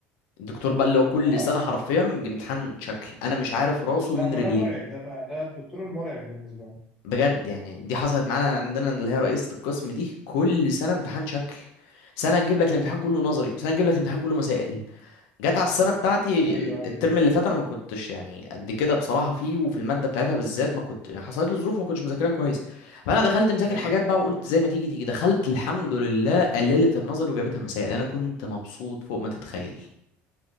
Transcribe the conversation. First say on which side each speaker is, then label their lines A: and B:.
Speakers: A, on the left; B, in the centre.
A: الدكتور بقى اللي هو كل
B: اه
A: سنة حرفيا بيجي امتحان شكل أنا مش عارف راسه
B: لا
A: من
B: ما
A: رجليه
B: ده مرعب ده بقى ده الدكتور المرعب بالنسبه لي
A: بجد يعني دي حصلت معانا عندنا اللي هي رئيسة القسم دي كل سنة امتحان شكل سنة تجيب لك الامتحان كله نظري وسنة تجيب لك الامتحان كله مسائل جت على السنة بتاعتي
B: ايوه ايوه
A: الترم اللي فات أنا ما كنتش يعني قد كده بصراحة فيه وفي المادة بتاعتها بالذات ما كنت حصلت لي ظروف ما كنتش مذاكرها كويس فأنا دخلت مذاكر
B: ايوه
A: حاجات بقى وقلت زي ما تيجي تيجي دخلت الحمد لله قللت النظري وجابتها مسائل أنا كنت مبسوط فوق ما تتخيل